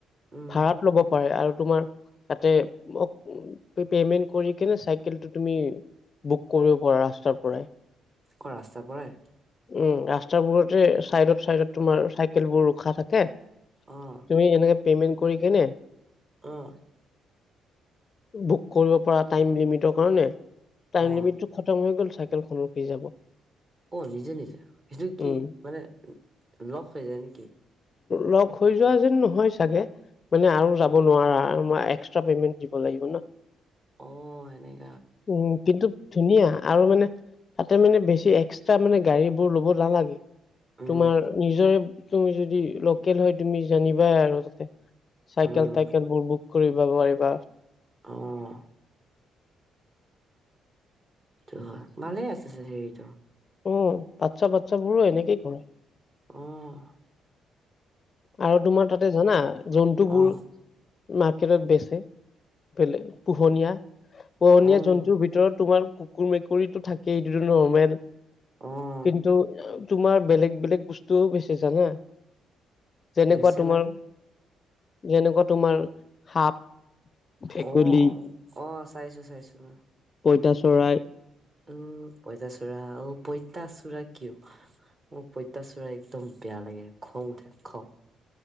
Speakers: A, on the right; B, on the left.
A: উম,
B: ভাত ল'ব পাৰে আৰু তোমাৰ তাতে অ' পেমেন্ট কৰি কেনে চাইকেলটো তুমি বুক কৰিব পাৰা ৰাস্তাৰ পৰাই।
A: ক ৰাস্তাৰ পৰাই?
B: উম, ৰাস্তাবোৰতে ছাইডত ছাইডত তোমাৰ চাইকেলবোৰ ৰোখা থাকে। তুমি
A: অ',
B: এনেকে পেমেণ্ট কৰি কেনে
A: আহ।
B: বুক কৰিব পৰা টাইম লিমিটৰ কাৰণে, টাইম
A: অ',
B: লিমিটটো খতম হৈ গ'ল চাইকেলখন ৰখি যাব।
A: অ', নিজে নিজে সেইটো
B: উম
A: কি মানে উ, লক হৈ যায় নেকি?
B: লক হৈ যোৱা যেন নহয় চাগে মানে আৰু যাব নোৱাৰা আৰু মই এক্সট্ৰা পেমেন্ট দিব লাগিব ন'।
A: অ', সেনেক
B: উম, কিন্তু ধুনীয়া। আৰু মানে তাতে মানে বেছি এক্সট্ৰা মানে গাড়ীবোৰ ল'ব নালাগে।
A: উম,
B: তোমাৰ নিজৰে তুমি যদি লোকেল হয়, তুমি জানিবাই আৰু তাতে। চাইকেল
A: উম,
B: তাইকেলবোৰ বুক কৰিবা নোৱাৰিবা।
A: আহ। ত' ভালে আছে যদি সেইটো।
B: উম, বাচ্ছা বাচ্ছাবোৰো এনেকেই কৰে।
A: উহ।
B: আৰু তোমাৰ তাতে জানা? জন্তুবোৰ
A: অ',
B: মাৰ্কেটত বেচে, বেলে পোহনীয়া। পোহনীয়া
A: অ',
B: জন্তুৰ ভিতৰত তোমাৰ কুকুৰ মেকুৰীতটো থাকে এইটোটো নৰ্মেল।
A: অ',
B: কিন্তু অ, তোমাৰ বেলেগ বেলেগ বস্তুও বেচে জানা? যেনেকুৱা
A: বেচে
B: তোমাৰ,
A: মানে
B: যেনেকুৱা তোমাৰ সাপ ভেকুলী
A: অ', অ', অ', চাইছোঁ চাইছোঁ মই।
B: পইতা চৰাই
A: উম, পঁইতাচোৰা অ', পঁইতাচোৰা কিয়, মোৰ পঁইতাচোৰা একদম বেয়া লাগে খং উঠে খং।